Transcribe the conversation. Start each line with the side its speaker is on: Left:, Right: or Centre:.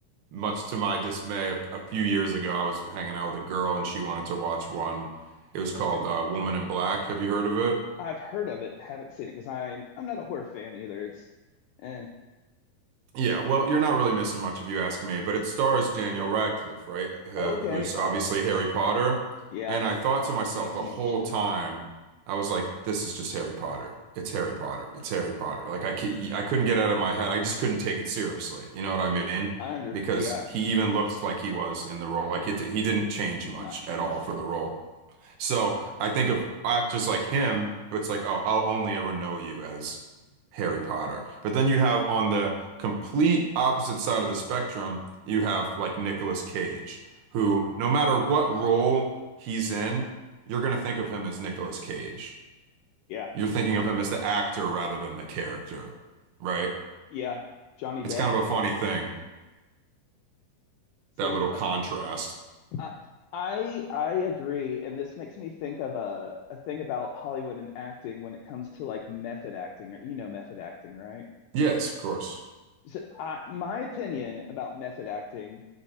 Right: much to my dismay, a, a few years ago, I was hanging out with a girl and she wanted to watch one. It was called
Left: okay.
Right: uh, Woman in Black. Have you heard of it?
Left: I've heard of it, haven't seen it because I'm I'm not a horror fan either. It's eh,
Right: Yeah, well, you're not really missing much if you ask me, but it stars Daniel
Left: perfect.
Right: Radcliffe, right? Uh,
Left: Okay.
Right: who's obviously
Left: Oh,
Right: Harry Potter.
Left: yeah,
Right: And I thought to myself
Left: makes
Right: the
Left: me
Right: whole
Left: interested.
Right: time, I was like, this is just Harry Potter. It's Harry Potter. It's Harry Potter. Like I, c- I couldn't get it out of my head. I just couldn't take it seriously. You know what I mean?
Left: I under
Right: Because
Left: yeah,
Right: he even looked like he was in the role. Like it, he didn't change
Left: he's
Right: much
Left: not changed.
Right: at all for the role. So I think of actors like him, who it's like, oh, I'll only ever know you as Harry Potter. But then you have on the complete opposite side of the spectrum, you have like Nicolas Cage, who no matter what role he's in, you're going to think of him as Nicolas Cage.
Left: Yeah,
Right: You're thinking
Left: Uh,
Right: of him as the actor rather than the character, right?
Left: yeah, Johnny Depp.
Right: It's kind of a funny thing,
Left: Same
Right: that little
Left: with
Right: contrast.
Left: like I I I agree, and this makes me think of a a thing about Hollywood and acting when it comes to like method acting. You know method acting, right?
Right: Yes, of course.
Left: So I, my opinion about method acting